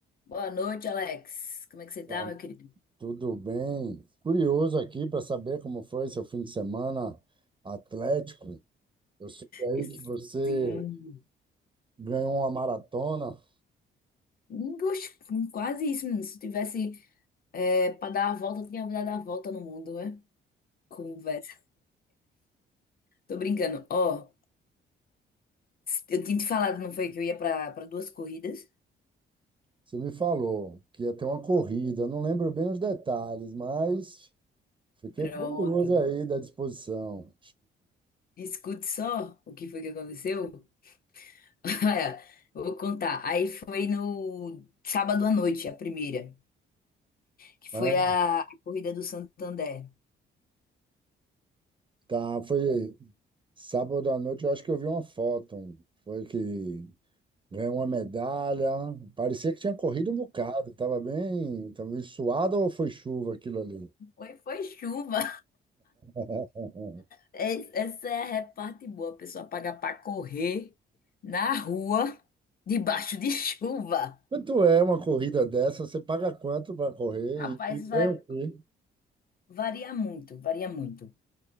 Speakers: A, on the left; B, on the right.
A: Boa noite, Alex. Como é que você tá,
B: Vai,
A: meu querido?
B: Tudo bem? Curioso aqui para saber como foi seu fim de semana atlético. Eu sei aí
A: Isso,
B: que você
A: Sim.
B: ganhou uma maratona.
A: Hum, Oxe, hum, quase isso, menino. Se eu tivesse é, pra dar a volta, eu tinha dado a volta no mundo, né? Conversa. Tô brincando. Ó, eu tinha te falado, não foi, que eu ia pra, pra duas corridas?
B: Você me falou que ia ter uma corrida. Não lembro bem os detalhes, mas fiquei
A: Pronto.
B: curioso aí da disposição.
A: Escute só o que foi que aconteceu. <laughs> Olha, eu Vou contar. Aí foi no sábado à noite, a primeira, que
B: né?
A: foi a a corrida do Santander.
B: Tá, foi sábado à noite. Eu acho que eu vi uma foto. Foi que ganhou uma medalha. Parecia que tinha corrido um bocado. Tava bem, tava bem suado ou foi chuva aquilo ali?
A: Foi, foi chuva.
B: <laughs>
A: É- Essa é a parte boa, a pessoa paga para correr na rua, debaixo de <laughs> chuva.
B: Quanto é uma corrida dessa? Você paga quanto para correr
A: Rapaz,
B: e, e ganha
A: va-
B: o quê?
A: varia muito, varia muito.